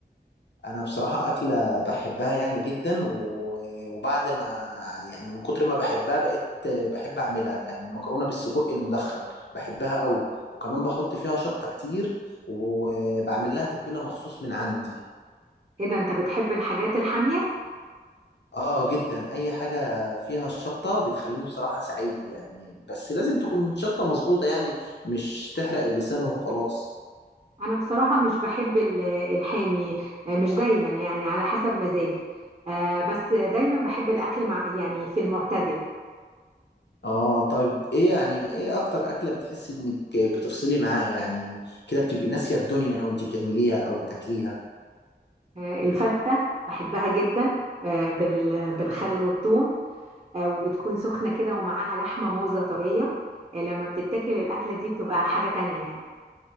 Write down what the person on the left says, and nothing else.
انا بصراحة اكلة بحبها يعني جدا و- وبعد ما يعني من كتر ما بحبها بقيت بحب اعملها يعني المكرونة بالسجق المدخن بحبها قوي وكمان بحط فيها شطة كتير وبعمل لها تتبيلة مخصوص من عندي
اه جدا اي حاجة فيها شطة بتخليني بصراحة سعيد يعني بس لازم تكون شطة مظبوطة يعني مش تحرق اللسان وخلاص
اه طيب ايه يعني ايه اكتر اكلة بتحسي انك بتفصلي معاها يعني كده بتبقي ناسية الدنيا وانت بتعمليها او بتاكليها